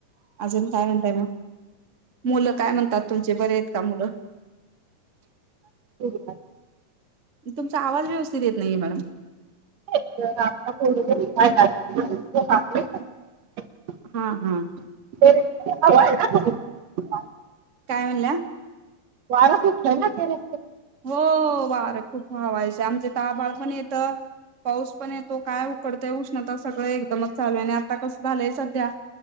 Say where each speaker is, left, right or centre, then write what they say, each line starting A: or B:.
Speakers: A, on the right (about 35°); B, on the right (about 60°).
A: अजून काय म्हणताय मग मुलं काय म्हणतात तुमचे बरे आहेत का मुलं?
B: दूध भात
A: तुमचा आवाज व्यवस्थित येत नाहीये मॅडम
B: <unintelligible> <unintelligible>
A: हा हा काय म्हणल्या?
B: वार सुटलयना तेरे
A: हो वार खूप हवा आमच्या इथ आभाळ पण येत, पाऊस पण येतो काय उकडतय उष्णता सगळं एकदमच चालू आहे आणि आता कसं झालंय सध्या